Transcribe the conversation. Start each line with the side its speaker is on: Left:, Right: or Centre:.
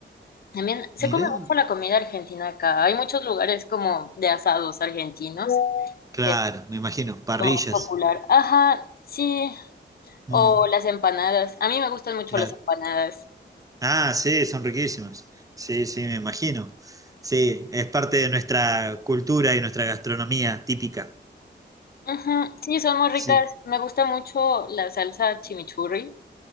Left: También se
Right: Mirá,
Left: come mucho la comida argentina acá. Hay muchos lugares como de asados argentinos,
Right: claro,
Left: que es
Right: me imagino, parrillas.
Left: lo más popular. Ajá, sí.
Right: Mm,
Left: O las empanadas. A mí me gustan mucho
Right: claro.
Left: las empanadas.
Right: Ah, sí, son riquísimas. Sí, sí, me imagino. Sí, es parte de nuestra cultura y nuestra gastronomía típica.
Left: Ujú, Sí, son muy ricas.
Right: Sí.
Left: Me gusta mucho la salsa chimichurri.